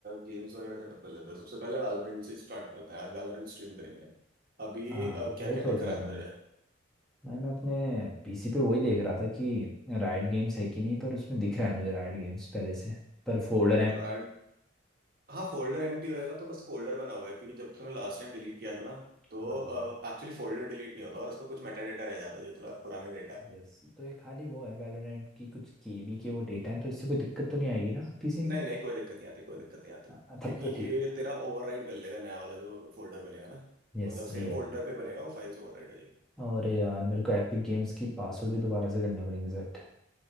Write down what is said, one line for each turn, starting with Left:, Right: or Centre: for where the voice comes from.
Right: गेम्स वगैरह सेटअप कर लेते हैं सबसे पहले वैलोरेंट से स्टार्ट करते हैं आज वैलोरेंट स्ट्रीम करेंगे अभी
Centre: हाँ
Right: क्या
Centre: वही
Right: क्या
Centre: सोच
Right: दिख रहा
Centre: रहा था
Right: है तुझे
Centre: मैं मैं मैं अपने पीसी पे वही देख रहा था कि राइट गेम्स है कि नहीं पर उसमें दिख रहा है मुझे राइट गेम्स पहले से पर फोल्डर एम्प्टी
Right: राइट हाँ फोल्डर एम्प्टी होएगा तो बस फोल्डर बना हुआ है क्योंकि जब तूने लास्ट टाइम डिलीट किया था ना तो
Centre: हाँ
Right: एक्चुअली फोल्डर डिलीट नहीं होता और उसका कुछ मेटा डेटा रह जाता है जो तेरा पुराना डेटा है
Centre: यस तो ये खाली वो है वैलोरेंट की कुछ केबी के वो डेटा है तो इससे कोई दिक्कत तो नहीं आएगी ना पीसी में
Right: नहीं नहीं कोई दिक्कत नहीं आती कोई दिक्कत नहीं आती
Centre: हाँ, तब
Right: क्योंकि
Centre: तो ठीक
Right: ये
Centre: है
Right: तेरा ओवरराइड कर लेगा नया वाला जो फोल्डर बनेगा ना
Centre: यस
Right: मतलब
Centre: सही
Right: सेम
Centre: है
Right: फोल्डर पे बनेगा वो फाइल्स ओवरराइड हो जाएंगी
Centre: और यार मेरे को एपिक गेम्स की पासवर्ड भी दोबारा से करने पड़ेंगे सेट